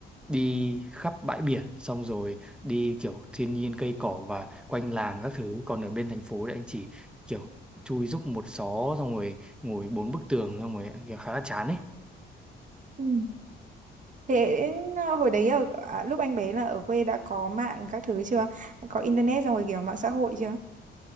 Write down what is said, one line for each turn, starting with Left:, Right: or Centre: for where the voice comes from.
Centre: đi khắp bãi biển xong rồi đi kiểu thiên nhiên cây cỏ và quanh làng các thứ. Còn ở bên thành phố thì anh chỉ kiểu chui rúc một xó xong rồi ngồi bốn bức tường xong rồi kiểu khá là chán ấy.
Right: Ừ. Thế à, hồi đấy ở à, lúc anh bé là ở quê đã có mạng các thứ chưa? Có internet xong rồi kiểu mạng xã hội chưa?